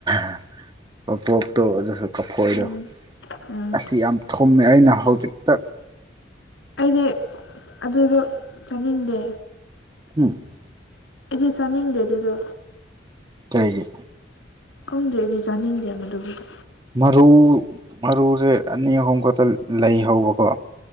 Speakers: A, on the right; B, on the left.
A: <unintelligible> ꯀꯕꯣꯛꯇꯣ ꯑꯗꯨꯁꯨ ꯀꯐꯣꯏꯗꯣ
B: ꯎꯝ ꯎꯝ
A: ꯑꯁ ꯌꯥꯝ ꯊꯨꯝꯃꯦ ꯑꯩꯅ ꯍꯧꯖꯤꯛꯇ
B: ꯑꯩꯗꯤ ꯑꯗꯨꯗꯣ ꯆꯥꯅꯤꯡꯗꯦ
A: <unintelligible>
B: ꯑꯩꯗꯤ ꯆꯥꯅꯤꯡꯗꯦ ꯗꯨꯗꯣ
A: ꯀꯩꯒꯤ
B: ꯈꯪꯗꯦ ꯑꯩꯗꯤ ꯆꯥꯅꯤꯡꯗꯦ ꯃꯗꯨꯒꯤꯗꯨ
A: ꯃꯔꯨ ꯃꯔꯨꯖꯦ ꯑꯅꯤ ꯑꯍꯨꯝ ꯈꯛꯇ ꯂꯩꯍꯧꯕꯀꯣ